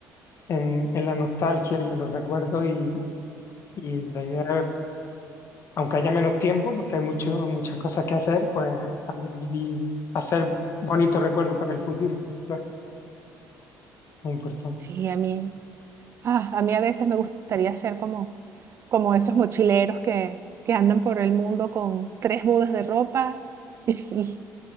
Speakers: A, on the left; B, on the right.
A: en, en la nostalgia y en los recuerdos y, y la idea aunque haya menos tiempo, porque hay mucho, muchas cosas que hacer, pues también vivir, hacer bonitos recuerdos para el futuro, claro, es importante.
B: sí, a mí Ah, a mí a veces me gustaría ser como, como esos mochileros que, que andan por el mundo con tres mudas de ropa <laughs> y,